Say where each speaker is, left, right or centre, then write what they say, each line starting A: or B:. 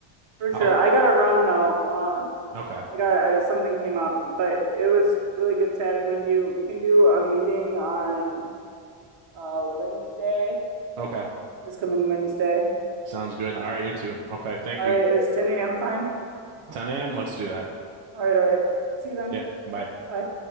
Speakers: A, on the right (about 65°); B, on the right (about 90°).
A: for sure.
B: oh,
A: I gotta run though. Uh,
B: okay.
A: I got I, something came up, but it was really good chatting with you. We can do a meeting on uh Wednesday.
B: Okay.
A: This coming Wednesday.
B: Sounds good.
A: Uh,
B: All right, you too. Okay, thank
A: all
B: you.
A: right, is ten a.m. fine?
B: 10 a.m. Let's do that.
A: All right, all right. See you then.
B: Yeah. Bye.
A: Bye.